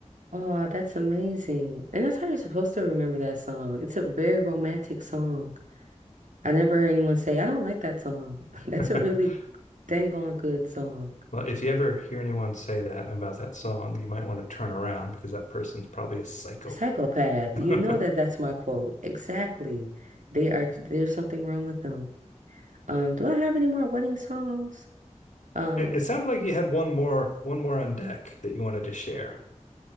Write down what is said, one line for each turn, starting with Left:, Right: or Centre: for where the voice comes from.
Right: Oh, that's amazing. And that's how you're supposed to remember that song. It's a very romantic song. I never heard anyone say, I don't like that song. <laughs> That's
Left: <laughs>
Right: a really dang on good song.
Left: Well, if you ever hear anyone say that about that song, you might want to turn around because that person's probably a psycho.
Right: Psychopath,
Left: <laughs>
Right: you
Left: it,
Right: know that that's my quote. Exactly. They are, there's something wrong with them. Um, do I have any more wedding songs? Um,
Left: it sounded like you had one more one more on deck that you wanted to share.